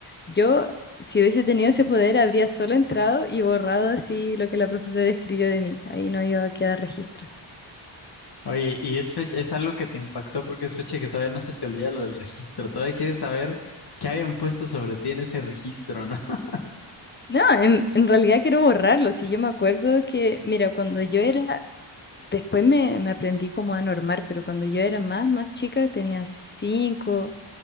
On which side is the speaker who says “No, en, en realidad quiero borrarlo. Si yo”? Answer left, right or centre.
Left